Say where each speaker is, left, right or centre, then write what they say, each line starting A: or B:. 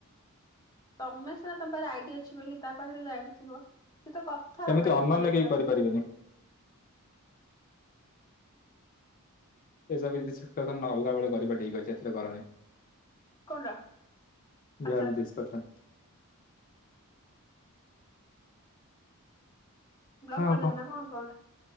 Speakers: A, on the left; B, on the left.
A: ତମେ ସିନା ତମ ପାଖରେ ଆଇଡି ଅଛି ବୋଲି ତା ପାଖରେ ଯଦି ଆଇଡି ଥିବ। ସେ ତ କଥା
B: ସେମିତି
A: ହବାପାଇ
B: ଅନନ୍ୟ
A: ପରିଚର୍
B: କେହି କରିପାରିବେନି। ଏସବୁ କିଛି କଥା ନହେଲା ବେଳେ କରିବା ଠିକ୍ ଅଛି ଏତେ କରନି।
A: କଣ ଟା ଆଚ୍ଛା
B: ଯାହା
A: ଆଚ୍ଛା
B: ବି ଡିସ୍କସନ।
A: ବ୍ଲକ
B: ହଁ ଆଉ
A: କରିଦେବେ
B: କହ
A: ନା କଣ ଆକାଉଣ୍ଟ?